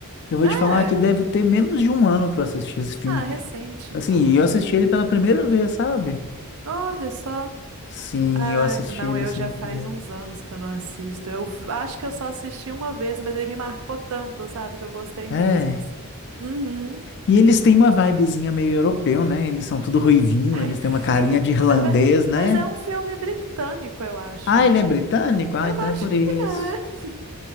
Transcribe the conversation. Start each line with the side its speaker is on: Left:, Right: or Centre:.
Left: Eu vou
Right: É.
Left: te falar que deve ter menos de um ano que eu assisti esse filme.
Right: Ah, recente,
Left: Assim,
Right: então.
Left: e eu assisti ele pela primeira vez, sabe?
Right: Olha só.
Left: Sim,
Right: Ah,
Left: eu assisti
Right: não,
Left: ele
Right: eu
Left: assim
Right: já
Left: na
Right: faz
Left: primeira.
Right: uns anos que eu não assisto. Eu v- acho que eu só assisti uma vez, mas ele me marcou tanto, sabe? Que eu gostei
Left: É.
Right: mesmo, assim. Uhum.
Left: E eles têm uma vibezinha meio europeu, né? Eles são tudo ruivinho,
Right: Ai,
Left: eles têm
Right: frio.
Left: uma carinha de irlandês,
Right: É ver-
Left: né?
Right: Mas é um filme britânico, eu acho.
Left: Ah, ele é britânico? Ah,
Right: Eu
Left: então é
Right: acho
Left: por
Right: que
Left: isso.
Right: é.